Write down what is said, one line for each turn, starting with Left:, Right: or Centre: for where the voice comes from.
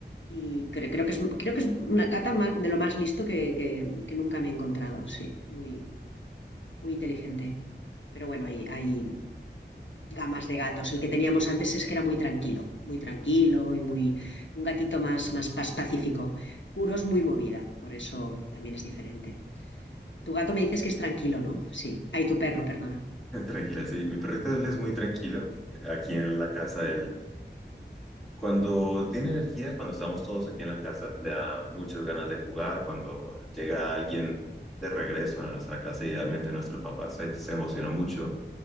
Left: Y creo, creo que es, creo que es una gata ma- de lo más listo que, que- que nunca me he encontrado, sí, muy, muy inteligente. Pero bueno, hay, hay Gamas de gatos. El que teníamos antes es que era muy tranquilo, muy tranquilo y muy un gatito más, más, pas- pacífico. Kuro es muy movida, por eso también es diferente. Tu gato me dices que es tranquilo, ¿no? Sí. Ay, tu perro, perdona.
Centre: Tranquila, sí. Mi perrito él es muy tranquilo. Aquí en la casa,
Left: Mm,
Centre: él, cuando tiene energía, cuando estamos todos aquí en la casa, le da muchas ganas de jugar. Cuando llega alguien de regreso a nuestra casa, idealmente nuestro papá se, se emociona mucho